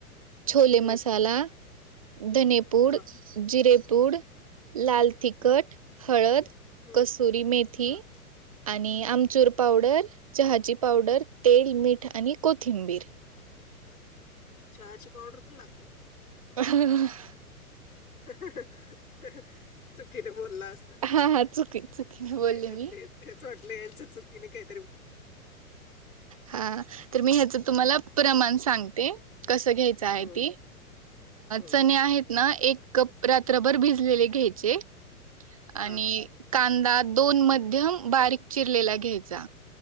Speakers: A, on the right; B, on the left.
A: छोले
B: हम्म
A: मसाला धणेपुड
B: हा
A: जिरेपूड लाल तिखट
B: हम्म
A: हळद
B: हम्म
A: कस्तुरी मेथी
B: हा
A: आणि आम चूर पावडर चहाची पावडर तेल मीठ आणि कोथिंबीर <inaudible>
B: चहाची पावडर पण लागते
A: ह
B: ह.. ह.. ह.. चुकीने बोलला अस
A: हा हा चुकी चुकीने बोलले
B: ते
A: मी.
B: ते तेच वाटले यांच चुकीने काही
A: हा तर मी ह्याचं तुम्हाला प्रमाण सांगते कसं घ्यायचं आहे
B: हो
A: ती
B: हो
A: चणे आहेत ना एक कप रात्रभर भिजलेले घ्यायचे
B: हा
A: आणि कांदा दोन मध्यम बारीक चिरलेला घ्यायचा